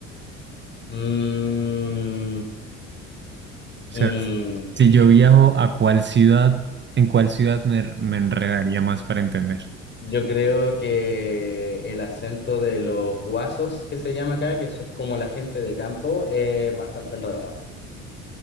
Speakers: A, on the left (about 30°); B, on the right (about 30°).
A: Mm,
B: sea,
A: mm, mm.
B: si yo viajo a cuál ciudad, en cuál ciudad me, me enredaría más para entender.
A: Yo creo que el acento de los guasos que se llama acá, que eso es como la gente de campo, es bastante enredado.